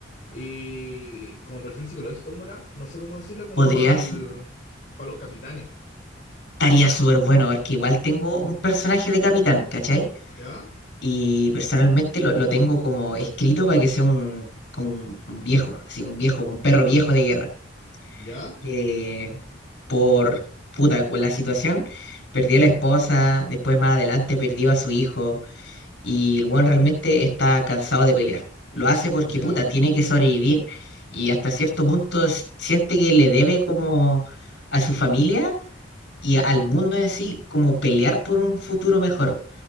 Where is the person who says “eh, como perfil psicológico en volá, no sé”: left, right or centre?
Left